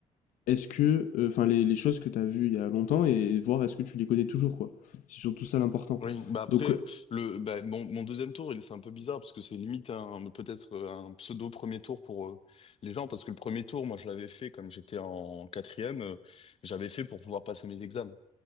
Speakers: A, on the left; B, on the left.
A: est-ce que, euh, enfin, les, les choses que tu as vues il y a longtemps et voir est-ce que tu les connais toujours, quoi. C'est surtout ça l'important.
B: Oui, bah après,
A: Donc, euh,
B: le, bah, mon, mon deuxième tour, il c'est un peu bizarre parce que c'est limite un, peut-être euh, un pseudo premier tour pour euh, les gens parce que le premier tour, moi, je l'avais fait comme j'étais en quatrième, euh, j'avais fait pour pouvoir passer mes examens.